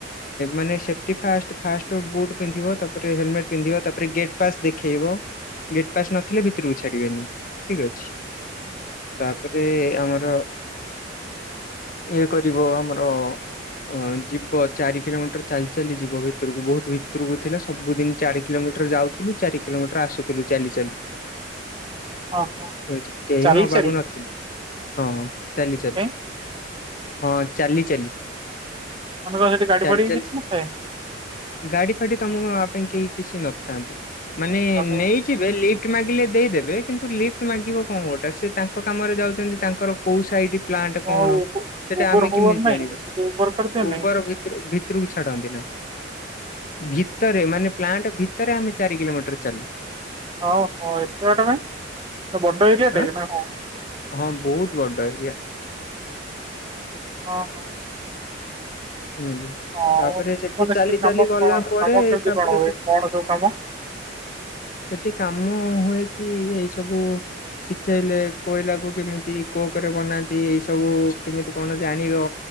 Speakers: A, on the left; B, on the right.
A: ମାନେ ସେଫଟି ଫାଷ୍ଟ ଫାଷ୍ଟ ବୁଟ ପିନ୍ଧିବ ତାପରେ ହେଲମେଟ ପିନ୍ଧିବ ତାପରେ ଗେଟ୍ ପାସ୍ ଦେଖେଇ ବ ଗେଟ ପାସ ନ ଥିଲେ ଭିତରକୁ ଛାଡିବେନି, ଠିକ ଅଛି ତାପରେ ଆମର ଇଏ କରିବ ଆମର ଅ ଯିବ ଚାରି କିଲୋମିଟର ଚାଲି ଚାଲି ଯିବ ଭିତରକୁ ବୋହୁତ ଭିତରକୁ ଥିଲେ ସବୁଦିନ ଚାରି କିଲୋମି ଯାଉଥିଲୁ ଚାରି କିଲୋମିଟର ଆସୁଥିଲୁ ଚାଲି ଚାଲି।
B: ଓହୋ
A: ଛି କେହି
B: ଚାଲି
A: ନବାକୁ
B: ଚାଲି
A: ନଥିଲେ ହଁ ଚାଲି ଚାଲି।
B: କାଇଁ
A: ହଁ ଚାଲି ଚାଲି।
B: ମାନେ କଣ ସେଠି ଗାଡି
A: ଚାଲି
B: ଫାଡି
A: ଚାଲି
B: କିଛି ନଥାଏ?
A: ଗାଡି ଫାଡି ତମକୁ ନବା ପାଇଁ କେହି କିଛି ନଥାନ୍ତି ମାନେ
B: ଆଉ
A: ନେଇଯିବେ ଲି ଲିଫ୍ଟ ମାଗିଲେ ଦେଇଦେବେ, କିନ୍ତୁ ଲିଫ୍ଟ ମାଗିବ କଣ ଗୋଟେ ସେ ତାଙ୍କ କାମରେ ଯାଉଛନ୍ତି ତାଙ୍କର କୋଉ ସାଇଡ ପ୍ଲାଣ୍ଟ
B: ତମ
A: କଣ ସେଟା
B: ଉବର
A: ଆମେ
B: ଫୁବର
A: କେମିତି
B: ନାହିଁ
A: ଜାଣିବୁ
B: ସେଠି ଉବର କରିଦିଅ ନାହିଁ?
A: ଉବର ଭିତରୁ ଭିତରକୁ ଛାଡନ୍ତି ନା। <inaudible> ଭିତରେ ମାନେ ପ୍ଲାଣ୍ଟ ଭିତରେ ଆମେ ଚାରି କିଲୋମିଟର ଚାଲୁ।
B: ଓହୋ ଏତେ ବାଟ କାଇଁ ବଡ ଏରିଆ
A: ଆଁ
B: ଟେ ନା କଣ?
A: ହଁ ବହୁତ ବଡ ଏରିଆ।
B: ହଁ ହଁ।
A: ହୁଁ ହୁଁ।
B: ହଉ
A: ତାପରେ ସେଠି
B: ମାନେ
A: ଚାଲି
B: କାମ
A: ଚାଲି ଗଲା
B: କଣ
A: ପରେ
B: କାମ କେମିତି
A: ତାପରେ
B: କଣ ହୁଏ
A: ସେଠି
B: କଣ ସବୁ କାମ?
A: ସେଠି କାମ ହୁଏ। କି ଏଇ ସବୁ ଶିଖେଇଲେ କୋଇଲା କୁ କେମିତି କୋ କରେ ବନାନ୍ତି ଏଇ ସବୁ କେମିତି କଣ ଜାଣିବ